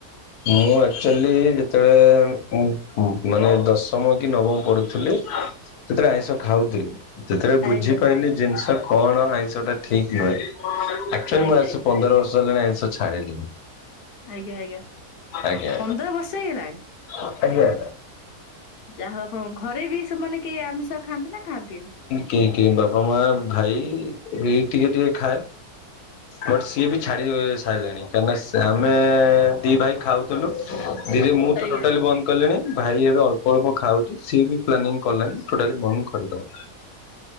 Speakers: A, on the left; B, on the left.
A: ମୁଁ ଆ ଆଚୁଲି ଯେତେବେଳେ ମାନେ ଦଶମ କି ନବମ ପଢ଼ୁଥିଲି ସେତେବେଳେ ଆଇଁଷ ଖାଉଥିଲି। ଯେତେବେଳେ ବୁଝିପାଇଲି
B: ଆଜ୍ଞା ଆଜ୍ଞା
A: ଜିନିଷ କଣ ଆଇଁଷଟା ଠିକ ନୁହେଁ ଆକ୍ଚୁଲି
B: ଆଜ୍ଞା
A: ମୁଁ ଆସି ପନ୍ଦର ବର୍ଷ ହେଲାଣି ଆଇଁଷ ଛାଡ଼ିଲିଣି।
B: ଆଜ୍ଞା ଆଜ୍ଞା
A: ଆଜ୍ଞା
B: ପନ୍ଦର ବର୍ଷ ହେଇଗଲା।
A: ଆଜ୍ଞା।
B: ଯାହାଉ ଆପଣ ଘରେ ବି ସେମାନେ କେଇ ଆମିଷ ଖାଆନ୍ତି ନା ଖାଆନ୍ତିନି?
A: କିଏ କିଏ ବାପା ମାଆ ଭାଇ ଏଇ ଟିକେ ଟିକେ ଖାଏ। ବଟ ସିଏ ବି ଛାଡ଼ି ସାଇଲାଣି କାହିଁକିନା ସ ଆମେ ଦି ଭାଇ ଖାଉଥୁଲୁ। ଦିଦି ମୁଁ
B: ଆଜ୍ଞା
A: ତ ଟୋଟାଲି ବନ୍ଦ କଲେଣି ଭାଇ ଏବେ ଅଳ୍ପ ଅଳ୍ପ ଖାଉଚି ସିଏ ବି ପ୍ଲାନିଂ କଲାଣି ଟୋଟାଲି ବନ୍ଦ କରିଦବ।